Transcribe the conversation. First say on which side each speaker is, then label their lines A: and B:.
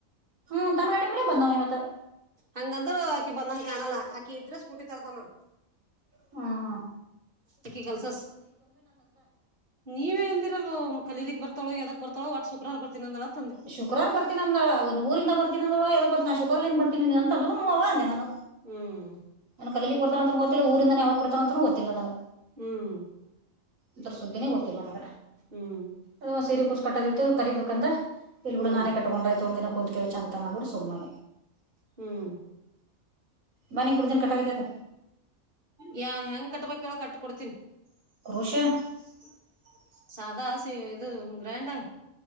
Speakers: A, on the right; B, on the right.
A: ಹ್ಮ್ ತನ್ನಗಾಡಿ ಮೇಲೆ ಬಂದಾವ ಇವತ್ತು
B: ಹಂಗಂದ್ರ ಆಕಿ ಬಂದಂಗ ಕಾಣಲ್ಲ ಆಕಿ ಇದ್ರೆ ಸ್ಕಟಿತರ್ತಾನ
A: ಹ್ಮ ಹಾ
B: ಅಕ್ಕಿ ಕೆಲ್ಸ ನೀವಂದಿರಲ್ ಕಲೀಗ್ ಬರ್ತಳ ಯಾವದ ಬರ್ಳ ಒಟ್ು್ರಾರ್ರ್ತನ ಅ ಹೇಳಳ
A: ಶುಕ್ರಾರ ಬರ್ತೀಿ ಅಂದಳ ಅವ ಊರಿಂದ ಬರ್ತಿನಿ ಅಂದಳದ ಬರ್ತ ನಾ ಶುಕ್ರಾರ ಏ ಬರ್ತಿನಿ ಅಂದರು ಅವವ ಅಂದ ನಾನು
B: ಹ್ಮ್
A: ನಾನ ಕಲ ಕೊಡ್ತಾವಂತೂ ಓದತ್ತಿಲ್ಲ ಊರಿಂದಾನ ಯಾವತ್ ಕೊಡ್ತಾವಂತನ ಓದಲ್ಲ ನಾವ
B: ಹ್ಮ್
A: ಅದೂರು ಸುದ್ದಿನೇ ಗೊತ್ತಿಲ್ಲ ನನಗ
B: ಹ್ಮ್
A: ಅದ ಸೀರೆ ಕುೂಸಕಟ್ಟದಿತ್ತು ಕರಿಬೇಕಂದ್ರ ಇಲ್ ಬಿೂಡು
B: ಹ್ಮ್
A: ನಾನೇ ಕಕೊಂಡ್ತ ಒಂದಿನ ಕುತ್ ಜೆಂತನ ಅಂತ ನನ್ ಬಿಡ ಸುಮ್ಮ
B: ಹ್ಮ್
A: ಬನೀ ಕೊಡ್ತೀನಿ ಕಟ್ಟಾಕತೈತ
B: ಯ ಹೆಂಗ ಕಟ್ಬೇಕ ಕಟ್ ಕೊೊಡ್ತೀನೀ
A: <unintelligible>
B: ಸದಾ <unintelligible> ಇದು ಗ್ರ್ಯಾಂಡಾ